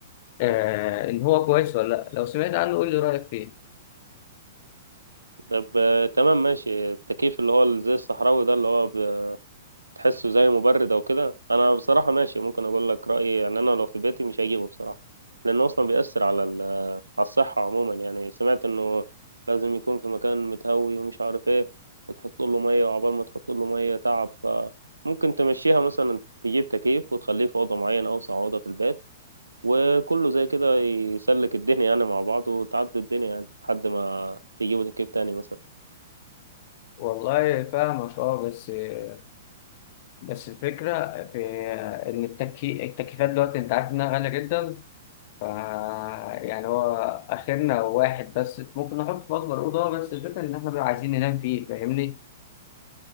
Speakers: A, on the left (about 45°); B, on the right (about 80°).
A: آه، إن هو كويس ولا لأ لو سمعت عنه قول لي رأيك فيه
B: طب آه، تمام ماشي التكييف اللي هو ال- زي الصحراوي ده اللي هو بتحسه زي مبرد او كده انا بصراحة ماشي ممكن اقول لك رأيي يعني انا لو في بيتي مش هجيبه بصراحة لانه اصلا بيأثر على ال على الصحة عموما يعني سمعت انه لازم يكون في مكان متهوي ومش عارف ايه وتحط له مية وعقبال ما تحط له مية تعب فممكن تمشيها مثلا تجيب تكييف وتخليه في أوضة معينة أوسع أوضة في البيت وكله زي كده يسلك الدنيا يعني مع بعض وتعدي الدنيا يعني لحد ما تجيبوا تكييف تاني مثلا
A: والله فاهمك أه بس آه، بس الفكرة في آه، إن التكي... التكييفات دلوقتي أنت عارف إنها غالية جدا ف يعني هو آخرنا واحد بس ممكن نحط في أكبر أوضة بس الفكرة إن إحنا بقى عايزين ننام فيه فاهمني؟